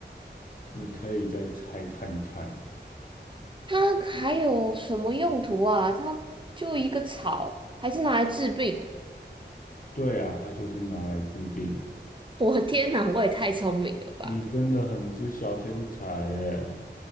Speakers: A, on the left (about 50°); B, on the right (about 25°).
A: 你可以再拆看看。
B: 它还有什么用途啊？它就一个草，还是拿来治病？
A: 对啊，它就是拿来治病。
B: <laughs> 我的天哪，我也太聪明了吧！
A: 你真的很是小天才耶！